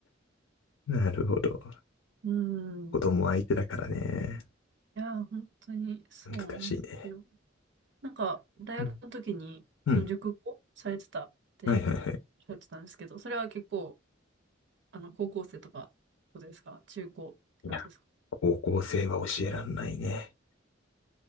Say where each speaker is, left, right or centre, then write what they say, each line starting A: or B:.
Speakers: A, on the left; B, on the right.
A: なるほど。
B: うん。
A: 子供相手だからね。
B: いや、本当にそうなんですよ。
A: 難しいね。
B: なんか、大学の時に、
A: うん。うん。
B: その熟語されてたって
A: はいはいはい。
B: おっしゃってたんですけど、それは結構、あの、高校生とか、ことですか中高ってことですか
A: いや高校生は教えらんないね。